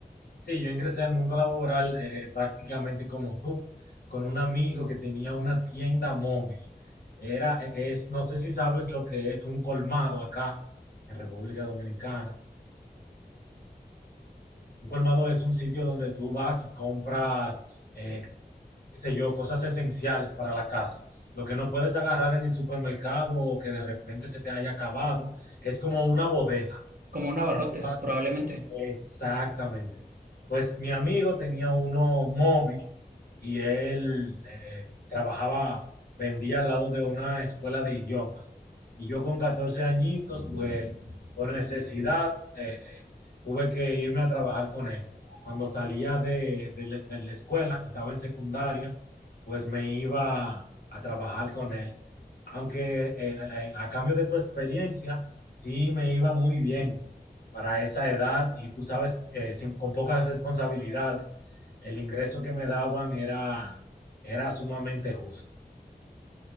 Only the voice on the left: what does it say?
sí, yo ingresé al mundo laboral eh, prácticamente como tú, con un amigo que tenía una tienda móvil. Era, e- es, no sé si sabes lo que es un colmado acá, en República Dominicana. Un colmado es un sitio donde tú vas y compras eh, qué sé yo, cosas esenciales para la casa. Lo que no puedes agarrar en el supermercado o que de repente se te haya acabado, es como una bodega.
Tú vas
Exactamente. Pues mi amigo tenía uno móvil y él eh, trabajaba, vendía al lado de una escuela de idiomas. Y yo con 14 añitos, pues por necesidad, eh, eh, tuve que irme a trabajar con él. Cuando salía de, de la de la escuela, estaba en secundaria, pues me iba a trabajar con él aunque eh, eh, a cambio de tu experiencia, sí me iba muy bien para esa edad y tú sabes, eh, sin- con pocas responsabilidades, el ingreso que me daban era, era sumamente justo.